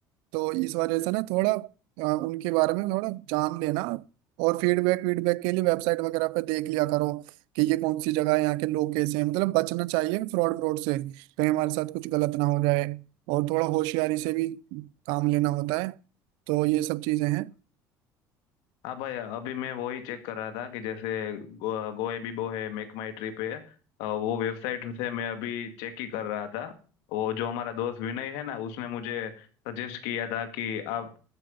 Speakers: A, on the right; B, on the left.
A: तो इस वजह से ना थोड़ा अ, उनके बारे में थोड़ा जान लेना और फीडबैक वीडबैक के लिए वेबसाइट वगैरह पे देख लिया करो कि ये कौन सी जगह है यहाँ के लोग कैसे हैं मतलब बचना चाहिए फ्रॉड फ्रॉड से कहीं हमारे साथ कुछ गलत ना हो जाए और थोड़ा होशियारी से भी काम लेना होता है तो ये सब चीजें हैं
B: हाँ भाई अभी मैं वही चेक कर रहा था कि जैसे गो, गोवा बिबो है मेक माई ट्रिप है अ, वो वेबसाइट से मैं अभी चेक ही कर रहा था वो जो हमारा दोस्त विनय है ना उसने मुझे सजेस्ट किया था कि आप